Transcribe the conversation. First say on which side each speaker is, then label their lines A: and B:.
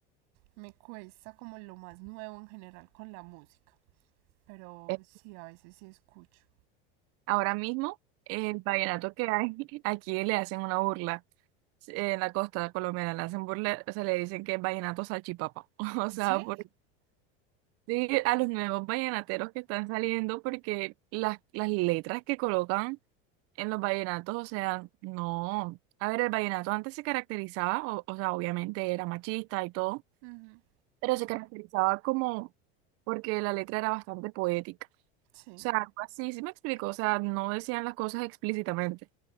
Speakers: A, on the right; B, on the right.
A: me cuesta como lo más nuevo en general con la música, pero
B: Eh,
A: sí, a veces sí escucho.
B: Ahora mismo, el vallenato que hay, <laughs> aquí le hacen una burla. Sí, En la costa colombiana le hacen burla, o sea, le dicen que es vallenato salchipapa. <laughs> O sea,
A: ¿Sí?
B: por, sí, a los nuevos vallenateros que están saliendo, porque las, las letras que colocan en los vallenatos, o sea, no. A ver, el vallenato antes se caracterizaba, o, o sea, obviamente era machista y todo,
A: Ujú,
B: pero se caracterizaba como porque la letra era bastante poética.
A: Sí,
B: O sea, algo así, sí me explico, o sea, no decían las cosas explícitamente.